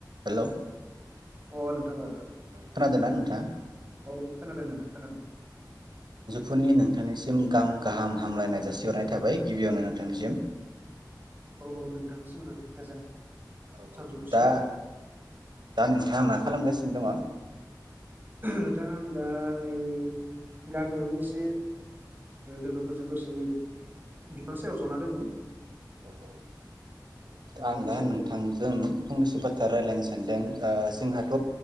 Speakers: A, on the right; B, on the right.
A: Hello
B: अ नोंथां औ
A: औ खोनादोंना नोंथाङा?
B: औ खोनादों नोंथां खोनादों।
A: फुनि नोंथांनिसिम गाहाम गाहाम हामलायनाय जासिहरनाय थाबाय गिबियावनो नोंथांनिसिम
B: औ औ नोंथांनिसिमबो गोजोन
A: औ
B: सानजौफु
A: औ दा
B: सम
A: दा नोंथाङा मा खालामगासिनो दङ?
B: नोंथाङा आं दा नै गामियावनो एसे लोगोफोरजों दसे बिफां सायाव जना दोङो।
A: औ ओ
B: दंफांनि
A: आं दा
B: सायाव
A: नोंथांजों फंनैसो बाथ्रा रायलायनो सानदों ओ जोंहाथ'